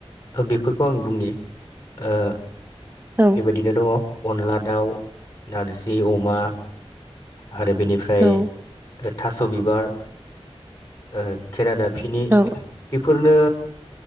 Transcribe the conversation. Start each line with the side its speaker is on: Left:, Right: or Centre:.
Left: बेफोरखौ आं बुंनि ओ
Right: औ
Left: बेबायदिनो दङ अनला दाउ, नारजि अमा आरो बेनिफ्राय
Right: औ
Left: ओमफ्राय थास' बिबार ओ खेरा दाफिनि
Right: औ
Left: बेफोरनो